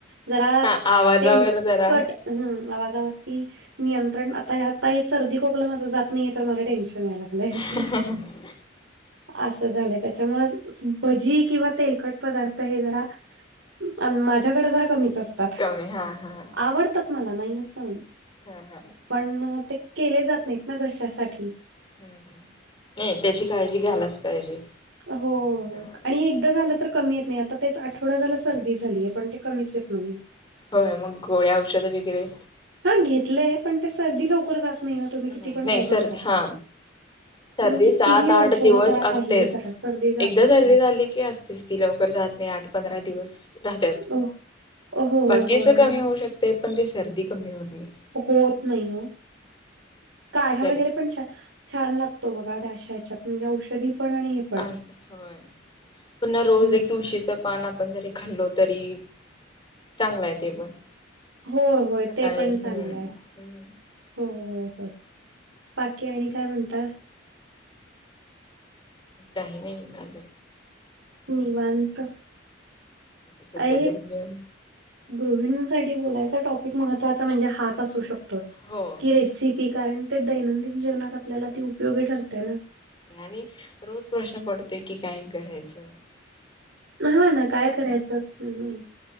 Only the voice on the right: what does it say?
जरा
तेलकट
हम्म आवगाव की नियंत्रण आता, आता ही सर्दी खोकलं माझ जात नाहीय तर मला टेन्शन याय लागलंय.
असं झालं त्याच्यामुळ भजी किंवा तेलकट पदार्थ हे जरा अन् माझ्याकडे जरा कमीच असतात.
आवडतात मला नाही असं नाही.
पण ते केले जात नाहीत ना घशासाठी.
हो
आणि एकदा झालं तर कमी येत नाही आता त्याच आठवडा झाला सर्दी झाली आहे पण ते कमीच येत नाहीे.
पण घेतलंय पण ते सर्दी लवकर जात नाही ना तुम्ही किती
पण काही
पण करा.
तुम्ही कितीही
औषधं
करा
काहीही करा सर्दी जातच
नाही.
अ होय
होय
मग
होत नाही ओ. काढा
वगैरे पण छ छान लागतो बघा त्याश याच्यात म्हणजे औषधी पण आणि पण
हम्म.
हो होय
ते पण
चांगलंय.
हो हो, बाकी आणि काय म्हणताय?
निवांत
<inaudible> आहे.
गृहिणींसाठी बोलायचा टॉपिक महत्त्वाचा म्हणजे हाच असू शकतो.
की रेसिपी कारण ते दैनंदिन जीवनात आपल्याला ती उपयोगी ठरते ना.
हा ना... काय करायचं,